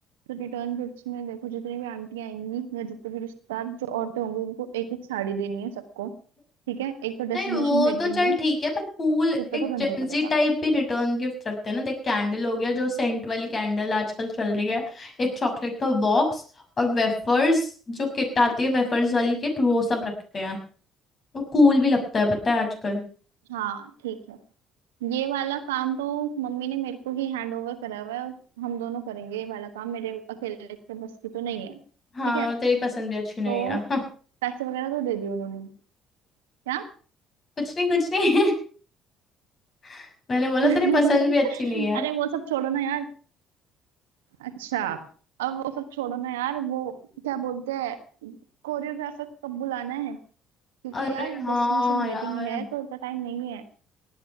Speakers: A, on the right (about 80°); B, on the left (about 40°).
A: तो रिटर्न गिफ्ट्स में देखो जितनी भी आंटियां आएंगी या जितने भी रिश्तेदार जो औरतें होंगी उनको एक एक साड़ी देनी है सबको ठीक है एक तो
B: नहीं
A: डेस्टिनेशन
B: वो
A: वेडिंग
B: तो चल
A: है
B: ठीक है पर कूल
A: तो इतना
B: एक
A: तो करना
B: जेंजी
A: ही पड़ेगा
B: टाइप भी रिटर्न गिफ्ट रखते हैं ना देख कैंडल हो गया जो सेंट वाली कैंडल आजकल चल रही है एक चॉकलेट का बॉक्स और वेफर्स जो किट आती है वेफर्स वाली किट वो सब रखते हैं वो कूल भी लगता है पता है आजकल
A: हाँ ठीक है ये वाला काम तो मम्मी ने मेरे को ही हैंड ओवर करा हुआ है और हम दोनों करेंगे ये वाला काम मेरे अकेले के बस की तो नहीं है ठीक
B: हाँ
A: है
B: तेरी पसंद भी अच्छी नहीं
A: तो
B: है हाँ
A: पैसे वगैरह तो दे दिए उन्होंने क्या
B: कुछ नहीं कुछ नहीं <laughs> मैंने बोला
A: <laughs>
B: तेरी पसंद भी अच्छी नहीं है
A: अरे वो सब छोड़ो ना यार अच्छा अब वो सब छोड़ो ना यार वो क्या बोलते हैं कोरियोग्राफर कब बुलाना है क्योंकि
B: अरे
A: यार
B: हाँ
A: डेस्टिनेशन वेडिंग
B: यार
A: है तो उतना टाइम नहीं है